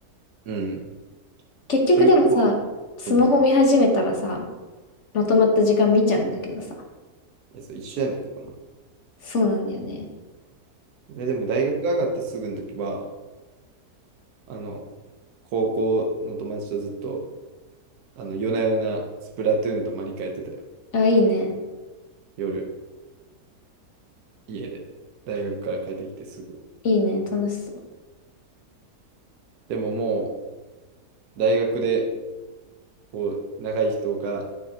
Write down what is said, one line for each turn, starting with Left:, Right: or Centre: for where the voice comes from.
Right: うん。
Left: 結局でもさ、
Right: 中古。
Left: スマホ見始めたらさ、
Right: うん。い
Left: まとまった時間見ちゃうんだけどさ。
Right: や、そう一緒やねんけどな。
Left: そうなんだよね。
Right: で、でも大学上がってすぐの時は、あの、高校の友達とずっと、あの、夜な夜なスプラトゥーンとマリカやってたよ。
Left: あ、いいね。
Right: 夜、家で。大学から帰ってきてすぐ。
Left: いいね。楽しそう。
Right: でももう、大学で、こう、長い人が